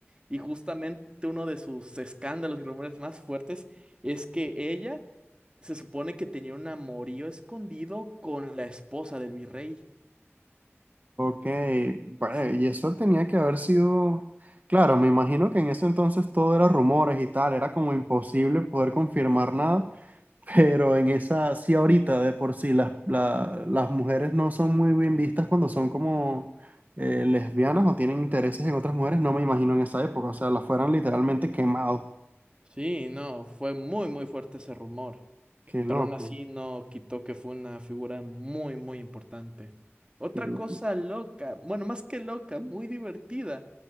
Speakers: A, on the right (about 20°); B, on the right (about 35°).
A: Y justamente uno de sus escándalos y rumores más fuertes es que ella se supone que tenía un amorío escondido con la esposa del virrey.
B: Ok, vale,
A: Sí,
B: y eso tenía que haber sido, claro, me imagino que en ese entonces todo era rumores y tal, era como imposible poder confirmar nada. Pero en esa, sí, ahorita de por sí, las, la- las mujeres no son muy bien vistas cuando son como eh, lesbianas o tienen intereses en otras mujeres, no me imagino en esa época, o sea, las fueran literalmente quemados.
A: Sí, no, fue muy, muy fuerte ese rumor.
B: Qué loco,
A: pero aún así no quitó que fue una figura muy, muy importante. Otra
B: qué loco.
A: cosa loca, bueno, más que loca, muy divertida,